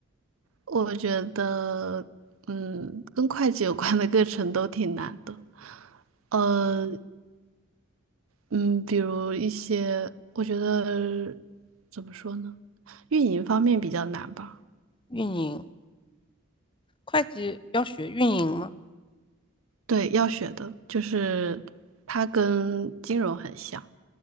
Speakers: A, on the right; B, on the left.
A: 我觉得，嗯，跟会计有关的 <laughs> 课程都挺难的。呃，嗯，比如一些，我觉得怎么说呢，运营方面比较难吧。
B: 运营，会计要学运营吗？
A: 对，要学的就是它跟金融很像，